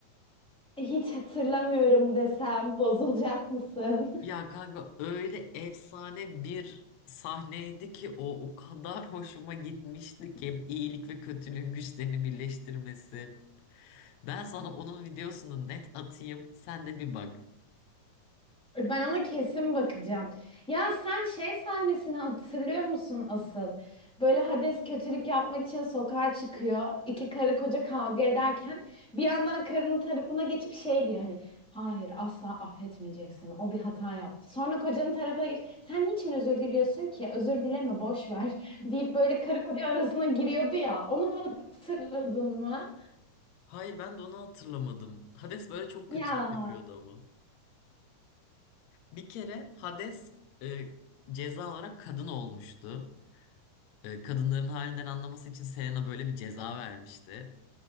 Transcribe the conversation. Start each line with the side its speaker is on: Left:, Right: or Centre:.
Centre: Hiç hatırlamıyorum desem bozulacak mısın? <laughs>
Left: Ya kanka öyle efsane bir sahneydi ki o o kadar hoşuma gitmişti ki iyilik ve kötülüğün güçlerini birleştirmesi. Ben sana onun videosunu net atayım, sen de bir bak.
Centre: Ben ona kesin bakacağım. Ya sen şey sahnesini hatırlıyor musun asıl? Böyle Hades kötülük yapmak için sokağa çıkıyor. İki karı koca kavga ederken bir yandan karının tarafına geçip şey diyor hani hayır asla affetmeyeceksin. O bir hata yaptı. Sonra kocanın tarafına geç. Sen niçin özür diliyorsun ki? Özür dileme boş ver <laughs> deyip böyle karı koca arasına giriyordu ya. Onu hatırladın mı?
Left: Hayır ben de onu hatırlamadım. Hades böyle çok
Centre: Ya.
Left: kötülük yapıyordu ama. Bir kere Hades e, ceza olarak kadın olmuştu. E, kadınların halinden anlaması için Selena böyle bir ceza vermişti.